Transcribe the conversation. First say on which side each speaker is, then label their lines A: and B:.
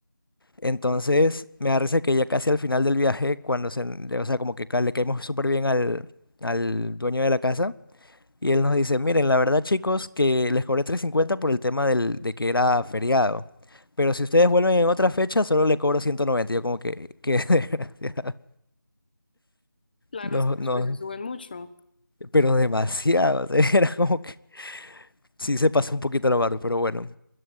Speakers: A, on the left (about 85°); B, on the left (about 25°).
A: Entonces me parece que ya casi al final del viaje, cuando se, o sea, como que ca- le caímos súper bien al al dueño de la casa, y él nos dice, miren, la verdad chicos, que les cobré trescientos cincuenta por el tema del, de que era feriado. Pero si ustedes vuelven en otra fecha, solo le cobro ciento noventa Yo como que, que <laughs> desgracia.
B: claro,
A: No,
B: es que los
A: no,
B: precios suben mucho.
A: pero demasiado. <laughs> Era como que sí se pasó un poquito la barra, pero bueno.